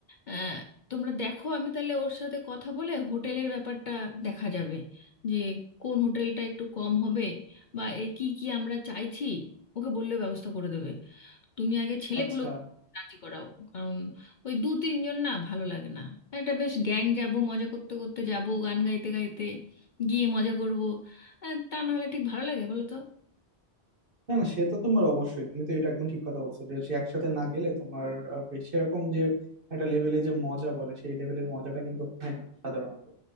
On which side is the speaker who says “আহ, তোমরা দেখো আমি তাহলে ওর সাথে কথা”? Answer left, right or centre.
Left